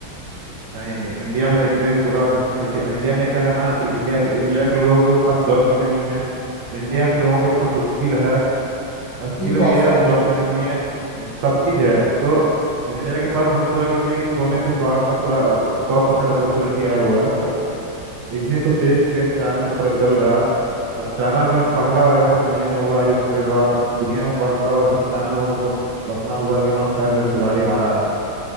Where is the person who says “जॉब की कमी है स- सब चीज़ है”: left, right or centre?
Right